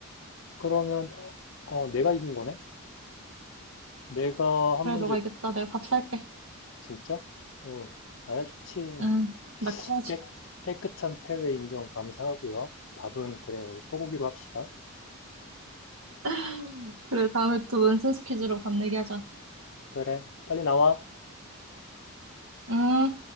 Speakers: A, on the left (about 60°); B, on the right (about 70°).
A: 그러면 어, 어, 내가 이긴 거네? 내가 한
B: 그래,
A: 문제
B: 너가 이겼다. 내가 밥 살게.
A: 진짜? 어, 나야 좋지.
B: 응, 나 쿨하지.
A: 깨, 깨끗한 패배 인정 감사하고요. 밥은 그래요. 소고기로 합시다.
B: <laughs> 그래, 다음에 또 넌센스 퀴즈로 밥 내기 하자.
A: 그래, 빨리 나와.
B: 음.